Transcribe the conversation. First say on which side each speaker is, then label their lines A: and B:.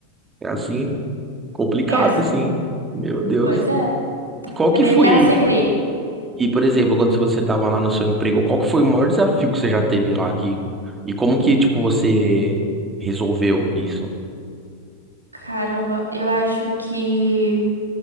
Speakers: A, on the right (about 15°); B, on the right (about 80°).
A: é assim, complicado
B: É assim.
A: assim. Meu Deus.
B: Pois é.
A: E qual que
B: É meio
A: foi,
B: terra sem lei.
A: e por exemplo, quando você estava lá no seu emprego, qual que foi o maior desafio que você já teve lá aqui? E como que, tipo, você resolveu isso?
B: Caramba, eu acho que